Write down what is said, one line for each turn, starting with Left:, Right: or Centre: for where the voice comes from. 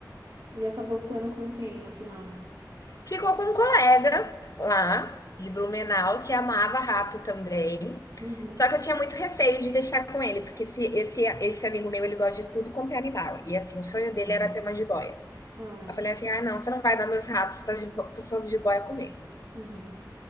Right: E acabou ficando com quem no final?
Left: Ficou com um colega lá de Blumenau que amava rato também.
Right: Uhum.
Left: Só que eu tinha muito receio de deixar com ele, porque esse, esse, esse amigo meu, ele gosta de tudo quanto é animal. E assim, o sonho
Right: Ah,
Left: dele
Right: uhum.
Left: era ter uma jiboia.
Right: Ah,
Left: Eu falei
Right: que...
Left: assim: ah, não, você não vai dar meus ratos para a pessoa de jiboia comer.
Right: uhum.